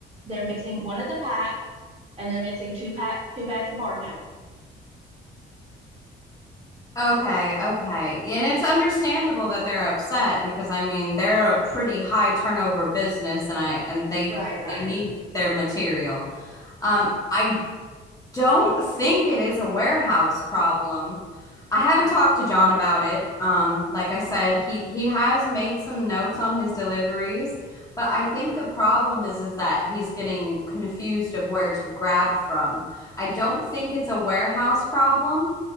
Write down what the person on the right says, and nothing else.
they're missing one of the packs and they're missing two pack two bags of bar towel.
Right, right.